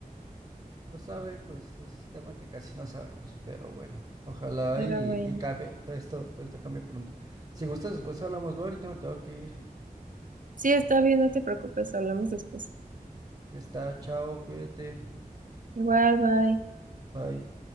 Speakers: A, on the right (about 40°); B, on the right (about 65°).
A: Pues sabe, pues es tema que casi no sabemos, pero bueno, ojalá
B: Pero
A: y,
B: bueno.
A: y cambie, todo esto, todo esto cambie pronto. Si gustas, después hablamos, bueno, ahorita me tengo que ir.
B: Sí, está bien, no te preocupes, hablamos después.
A: Ya está, chao, cuídate,
B: Igual, bye.
A: bye.